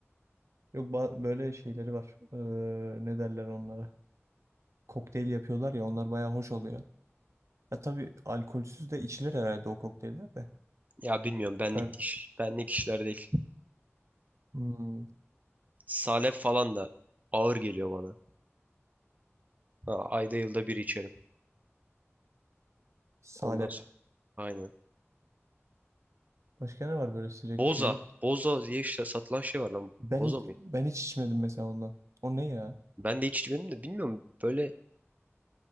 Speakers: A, on the right (about 85°); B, on the right (about 35°).
A: Yok ba- böyle şeyleri var. Ee, ne derler onlara? Kokteyl yapıyorlar ya onlar baya hoş oluyor. Ya tabii alkolsüz de içilir herhalde o kokteyller de.
B: Ya bilmiyorum benlik
A: Ben
B: iş, benlik işler değil.
A: hmm,
B: Salep falan da ağır geliyor bana. Ha, ayda yılda bir içerim.
A: salep.
B: Ondan sonra. Aynen.
A: Başka ne var böyle sıcak
B: Boza.
A: içecek?
B: Boza diye işte satılan şey var lan.
A: Ben
B: Boza
A: hiç,
B: mıydı?
A: ben hiç içmedim mesela ondan. O ne ya?
B: Ben de hiç içmedim de bilmiyorum. Böyle